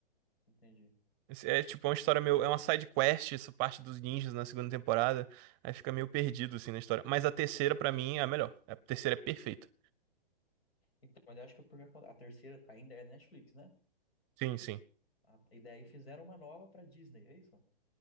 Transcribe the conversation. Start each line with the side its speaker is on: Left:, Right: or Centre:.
Left: entendi.
Right: Esse É tipo é uma história meio. É uma side quest, essa parte dos ninjas na segunda temporada. Aí fica meio perdido, assim, na história. Mas a terceira, pra mim, é a melhor. A terceira é perfeita.
Left: Então, mas eu acho que o por a terceira ainda é Netflix, né?
Right: Sim, sim.
Left: A, e daí fizeram uma nova pra Disney, é isso?